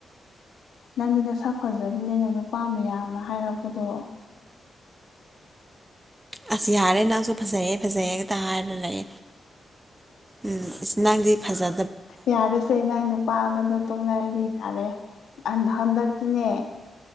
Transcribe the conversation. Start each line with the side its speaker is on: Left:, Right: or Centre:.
Left: ꯅꯪꯗꯤ ꯅꯁꯛ ꯐꯖꯕꯅꯤꯅ ꯅꯨꯄꯥ ꯃꯌꯥꯝꯅ ꯍꯥꯏꯔꯛꯄꯗꯣ
Right: ꯑꯁ ꯌꯥꯔꯦ ꯅꯪꯁꯨ ꯐꯖꯩꯑꯦ ꯐꯖꯩꯑꯦꯒꯛꯇ ꯍꯥꯏꯔ ꯂꯩ ꯎꯝ ꯏꯁ ꯅꯥꯪꯗꯤ ꯐꯖ
Left: ꯌꯥꯔꯁꯦ ꯅꯪ ꯅꯨꯄꯥ ꯑꯃꯗꯣ ꯇꯣꯛꯅꯔꯗꯤ ꯌꯥꯔꯦ ꯑꯍꯟ ꯍꯟꯗꯛꯇꯤꯅꯦ